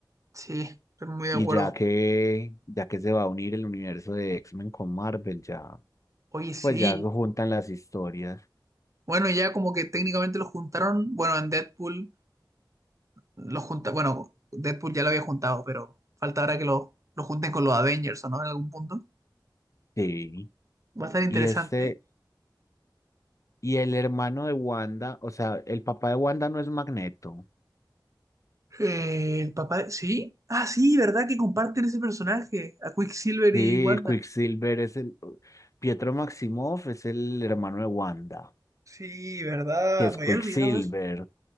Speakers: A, on the right; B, on the left.
A: Sí, estoy muy de
B: Y
A: acuerdo.
B: ya que, ya que se va a unir el universo de X-Men con Marvel, ya,
A: Oye, sí.
B: pues ya se juntan las historias.
A: Bueno, ya como que técnicamente lo juntaron. Bueno, en Deadpool lo junta. Bueno, Deadpool ya lo había juntado, pero falta ahora que lo, lo junten con los Avengers, ¿o no? En algún punto.
B: Sí.
A: Va a estar
B: Y
A: interesante.
B: este, y el hermano de Wanda, o sea, el papá de Wanda no es Magneto.
A: Eh, el papá. de- Sí. Ah, sí, ¿verdad? Que comparten ese personaje. A Quicksilver
B: Sí,
A: y Wanda.
B: Quicksilver es el, Pietro Maximoff es el hermano de Wanda,
A: Sí, ¿verdad?
B: que es
A: Me había
B: Quicksilver.
A: olvidado eso.